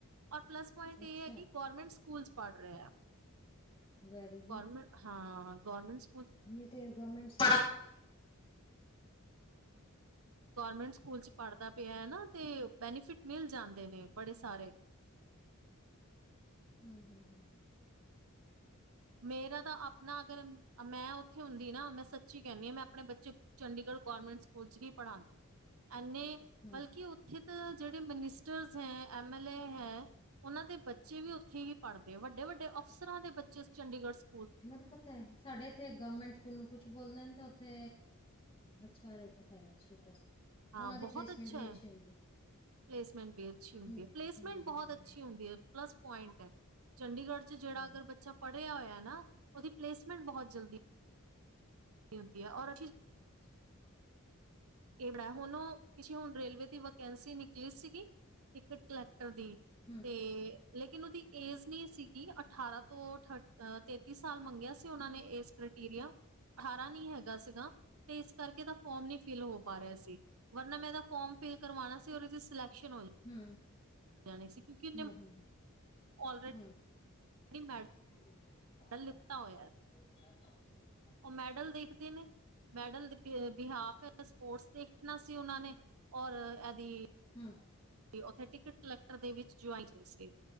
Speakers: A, on the right (about 80°); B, on the left (about 25°).
A: ਔਰ ਪਲੱਸ ਪੁਆਇੰਟ ਏ
B: ਅੱਛਾ
A: ਐ ਕਿ ਗੋਰਮੈਂਟਸ ਸਕੂਲ 'ਚ ਪੜ ਰਿਆ
B: ਵੈਰੀ
A: ਗੋਰਮੈਂਟ ਹਾਂ ਗੋਰਮੈਂਟ ਸ
B: ਨੀ ਤੇ ਗਵਮੈਂਟ ਸ
A: ਗੋਰਮੈਂਟ ਸਕੂਲ 'ਚ ਪੜਦਾ ਪਿਆ ਐ ਨਾ ਤੇ ਬੈਨੀਫਿਟ ਮਿਲ ਜਾਂਦੇ ਨੇ ਬੜੇ ਸਾਰੇ
B: ਹੂੰ-ਹੂੰ-ਹੂੰ-ਹੂੰ
A: ਮੇਰਾ ਤਾਂ ਆਪਨਾ ਅਗਰ ਮੈਂ ਉਥੇ ਹੁੰਦੀ ਨਾ ਮੈਂ ਸੱਚੀ ਕੈਨੀ ਆਂ ਮੈਂ ਅਪਣੇ ਬੱਚੇ ਚੰਡੀਗੜ ਗੌਰਮੈਂਟ ਸਕੂਲ 'ਚ ਹੀ ਪੜਾਂਦੀ ਐਨੇ
B: ਹੂੰ।
A: ਬਲਕਿ ਓ ਇਥੇ ਤਾਂ ਜੇੜੇ ਮਨਿਸਟਰਸ ਹੈਂ ਐਮ ਐਲ ਏ ਹੈ। ਓਨਾਂ ਦੇ ਬੱਚੇ ਵੀ ਓਥੇ ਹੀ ਪੜਦੇ ਵੱਡੇ-ਵੱਡੇ ਅਫਸਰਾਂ ਦੇ ਬੱਚੇ ਚੰਡੀਗੜ ਸ
B: ਮੈਨੂ ਪਤਾ ਐ ਸਾਡੇ ਇ ਥੇ ਗਵਮੈਂਟ ਸਕੂਲ ਨੂੰ ਕੁੱਛ ਬੋਲਦੇ ਨੇ ਤੇ ਓਥੇ ਅੱਛਾ ਰੇ ਐ ਸਟੇਟਸ
A: ਹਾਂ
B: ਓਨਾਂ
A: ਬਹੁਤ
B: ਦੀ ਪਲੇਸਮੈਂਟ
A: ਅੱਛਾ
B: ਵੀ
A: ਹੈ
B: ਅੱਛੀ ਹੁੰਦੀ।
A: ਪਲੇਸਮੈਂਟ ਵੀ ਅੱਛੀ ਹੁੰਦੀ
B: ਹੂੰ ਹੂੰ।
A: ਐ, ਪਲੇਸਮੈਂਟ ਬੋਹਤ ਅੱਛੀ ਹੁੰਦੀ ਐ। ਪਲੱਸ ਪੁਆਇੰਟ ਐ। ਚੰਡੀਗੜ ਚ ਜੇੜਾ
B: ਹੂੰ
A: ਅਗਰ
B: ਹੂੰ।
A: ਬੱਚਾ ਪੜੇਆ ਹੋਏਆ ਨਾ, ਓਦੀ ਪਲੇਸਮੈਂਟ ਬੋਹਤ ਜਲਦੀ ਹੁੰਦੀ ਐ ਔਰ
B: ਔਰ ਅੱਛੀ ਜਗਾ ਹੂੰਦੀ
A: ਏ ਬੜਾ ਐ, ਹੁਨ ਓ ਪਿਛੇ ਹੁਨ ਰੇਲਵੇ ਦੀ ਵਕੈਂਸੀ ਨਿਕਲੀ ਸੀਗੀ, ਇੱਕ ਕਲੈਕਟਰ ਦੀ।
B: ਹੂੰ। ਹੂੰ।
A: ਤੇ ਲੇਕਿਨ ਓਦੀ ਏਜ਼ ਨੀ ਸੀਗੀ ਅਠਾਰਾਂ ਤੋਂ ਥਟ ਅ ਤੇਤ ਤੀ ਸਾਲ ਮੰਗੇਆ ਸੀ ਓਨਾਂ ਨੇ ਏਜ਼ ਕ੍ਰੀਟੀਰੀਆ, ਅਠਾਰਾਂ ਨੀ ਹੈਗਾ ਸੀਗਾ ਤੇ ਇਸ ਕਰਕੇ ੳਦਾ ਫੋਮ ਨੀ ਫਿਲ ਹੋ ਪਾ ਰੇਆ ਸੀ, ਵਰਨਾ ਮੈਂ ਏਦਾ ਫੋਮ ਫਿਲ ਕਰਵਾਨਾ ਸੀ ਔਰੇ ਚ ਸਲੈਕਸ਼ਨ ਹੋ ਜਾ
B: ਹੂੰ।
A: ਜਾਨੀ ਸੀ ਕਿਉਂਕਿ ੳਦੇ
B: ਹੂੰ ਹੂੰ
A: ਔਲਰੇਡ
B: ਹੂੰ ਹੂੰ।
A: <inaudible>
B: <inaudible>
A: ਪੈਲੇ ਲਿੱਤਾ ਹੋਏਆ।
B: <inaudible>
A: ਓ ਮੈਡਲ ਦੇਖਦੇ ਨੇ ਮੈਡਲ ਦੇ ਬਿਹਾਫ, ਸਪੋਰਟਸ ਦੇਖਨਾ ਸੀ ਓਨਾਂ ਨੇ ਔਰ ਐਦੀ
B: ਹੂੰ।
A: ਤੇ ਉਥੇ ਟਿਕਟ ਕਲੈਕਟਰ ਦੇ ਵਿੱਚ ਚੁਆਇਆ,